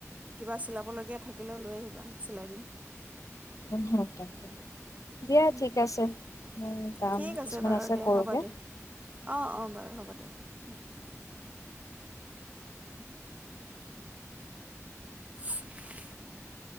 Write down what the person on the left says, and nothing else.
<unintelligible> দিয়া
ঠিক
আছে মই কাম
কিছুমান
কৰোগে